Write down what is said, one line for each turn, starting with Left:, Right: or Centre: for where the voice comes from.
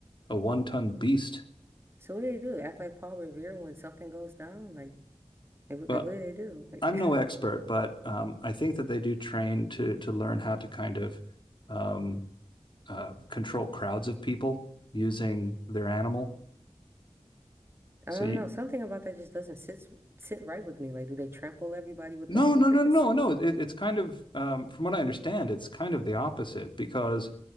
Left: a one ton beast
Right: So what do they do? Act like Paul Revere when something goes down? Like, like what,
Left: Well,
Right: like what do they do? Like
Left: I'm
Right: <laughs>
Left: no expert, but um, I think that they do train to to learn how to kind of um, uh, control crowds of people using their animal.
Right: I
Left: So
Right: don't
Left: you,
Right: know. Something about that just doesn't sit sit right with me. Like, do they trample everybody with
Left: no,
Right: the <laughs> horse?
Left: no, no, no, no. It, it's kind of um, from what I understand, it's kind of the opposite because